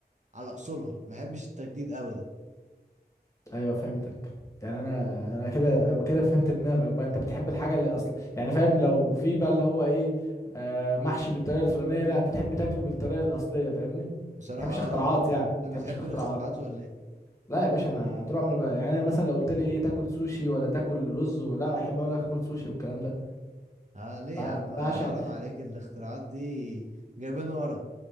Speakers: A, on the right (about 45°); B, on the left (about 15°).
A: على اصولها ما بحبش التجديد ابدا
B: ايوه فهمتك يعني انا انا كده أنا كده فهمت دماغك بقى انت بتحب الحاجه اللي اصلا يعني فاهم لو في بقى اللي هو ايه آه محشي بالطريقه الفلانيه لا انت تحب تاكله بالطريقه الاصليه فاهمني ما
A: بصراحه
B: تحبش
A: اه
B: اختراعات يعني ما
A: انت
B: تحبش
A: بتحب
B: الاختراعات
A: الاختراعات ولا ايه
B: لا يا باشا انا طول عمري بقى يعني انا مثلا لو قلت لي ايه تاكل سوشي ولا تاكل رز لا احب اقول لك اكل سوشي والكلام ده
A: اه ليه
B: بع-
A: يا عم حرام
B: بعشق
A: عليك الاختراعات دي جايبين ورا